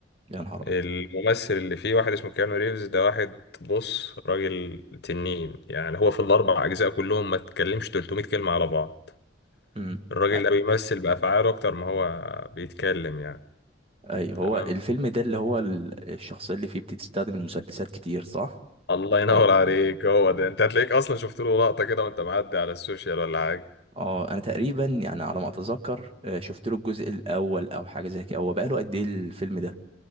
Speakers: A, on the right (about 30°); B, on the left (about 60°).
A: يا نهار أبيض
B: الممثل اللي فيه واحد اسمه كيانو ريفز ده واحد بص راجل تنين يعني هو في الأربع أجزاء كلهم ما تكلمش 300 كلمة على بعض
A: امم
B: الراجل
A: أ-
B: ده بيمثل بأفعاله أكتر ما هو بيتكلم يعني
A: أيوه هو
B: تمام
A: الفيلم ده اللي هو ال- الشخصية اللي فيه بتستخدم المسدسات كتير صح؟
B: الله ينور
A: ولا
B: عليك هو ده أنت هتلاقيك أصلا شفت له لقطة كده وأنت معدي على السوشيال ولا حاجة
A: اه انا تقريبا يعني على ما اتذكر آه، شفت له الجزء الاول او حاجه زي كده هو بقاله قد ايه الفيلم ده